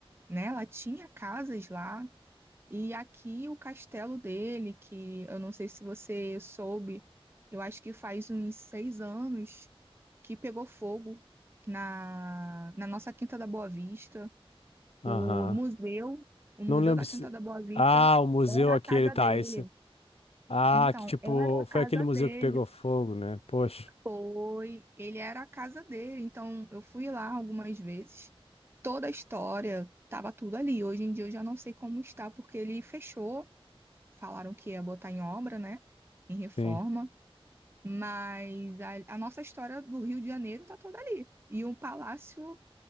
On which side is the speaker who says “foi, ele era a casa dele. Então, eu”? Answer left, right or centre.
Right